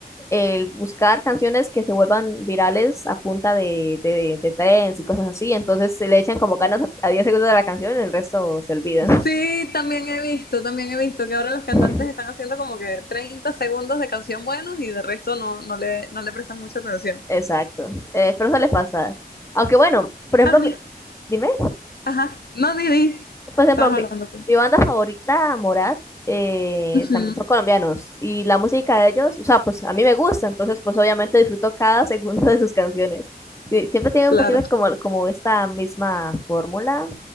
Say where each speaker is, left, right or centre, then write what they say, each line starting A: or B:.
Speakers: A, on the left; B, on the left.
A: El buscar canciones que se vuelvan virales a punta de, de, de trends y cosas así. Entonces se le echan como ganas a, a 10 segundos de la canción, el resto se olvidan.
B: Sí, también he visto, también he visto que ahora los cantantes
A: <laughs>
B: están haciendo como que 30 segundos de canción buenos y de resto no, no le, no le prestan mucha atención.
A: Exacto. Eh, pero eso le pasa. Aunque bueno, por ejemplo,
B: A mí,
A: mi- dime.
B: Ajá, no, ni di.
A: Por ejemplo,
B: Estabas
A: mi,
B: hablando tú.
A: mi banda favorita, Morat, eh,
B: Ujú,
A: tam- son colombianos y la música de ellos, o sea, pues a mí me gusta, entonces pues obviamente disfruto cada <laughs> segundo de sus canciones. Sí, siempre tienen
B: Claro.
A: un poquito como, como esta misma fórmula.